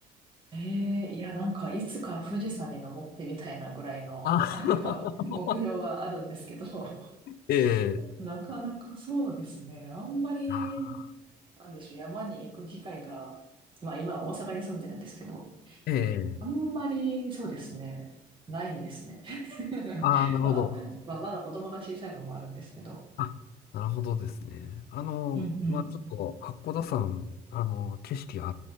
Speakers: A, on the right (about 30°); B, on the left (about 65°).
A: ええいや、なんか、いつか富士山に登ってみたいなぐらいの、
B: あ、
A: <laughs> なんか、
B: <laughs>
A: 目標はあるんですけど、<laughs>
B: ええ、
A: なかなかそうですね。あんまり、
B: あ
A: なんでしょう、山に行く機会が、まあ今、大阪に住んでるんですけど、
B: ええ、
A: あんまり、そうですね、ないですね。<laughs>
B: ああ、なるほど。
A: まあ、まあ、まだ子供が小さいのもあるんですけど、
B: あ、なるほどですね。あの、
A: うんうん。
B: まあ、ちょっと、八甲田山、あの、景色現